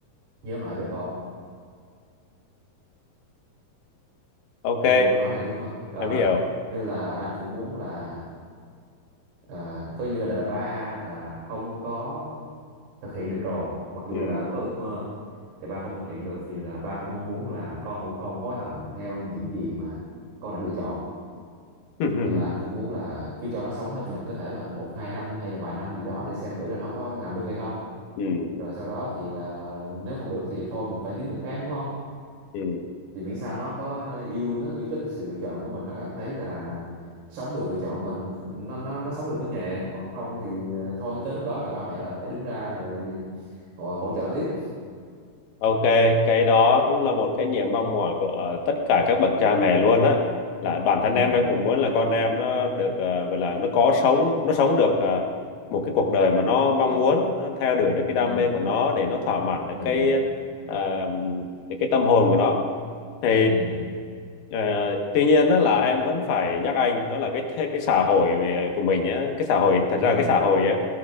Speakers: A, on the right; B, on the left.
A: nhớ mãi về con
B: ok
A: em hiểu câu nói này đúng không Ờ,
B: em hiểu
A: nên là anh cũng muốn là ờ, coi như là đời ba là không có thực hiện được rồi mặc dù
B: ừ.
A: là ba cũng có ước mơ thì ba không thực hiện được thì là ba cũng mong muốn là con cũng không hối hận theo những gì mà con đã lựa chọn
B: <laughs>
A: nên là anh cũng muốn là cứ cho nó sống hết mình có thể là một hai năm hay là vài năm gì đó để xem thử là nó có làm được hay không
B: Ừ.
A: rồi sau đó thì là nếu không được thì thôi mình phải tìm đường khác đúng không
B: Ừ.
A: thì miễn sao nó có yêu nó yêu thích sự lựa chọn của mình nó cảm thấy là sống được lựa chọn mình nó nó nó sống được với nghề còn không thì ờ, thôi tới lúc đó thì ba mẹ là phải đứng ra rồi hỗ, hỗ trợ tiếp
B: Ok, cái đó cũng là một cái niềm mong mỏi của ờ, tất cả các bậc cha mẹ luôn á. Là bản
A: ừ
B: thân em em cũng muốn là con em nó được ờ, gọi là nó có sống, nó sống được ờ, một cái cuộc đời mà nó mong muốn, nó theo đuổi được
A: ừ
B: cái đam mê của nó để nó thỏa mãn được
A: ừ
B: cái ờ, được cái tâm hồn của nó. Thì
A: ừ
B: ờ, tuy nhiên đó là em vẫn phải nhắc anh đó là cái thế- cái xã hội của mình á, cái xã hội thật
A: ừ
B: ra cái xã hội á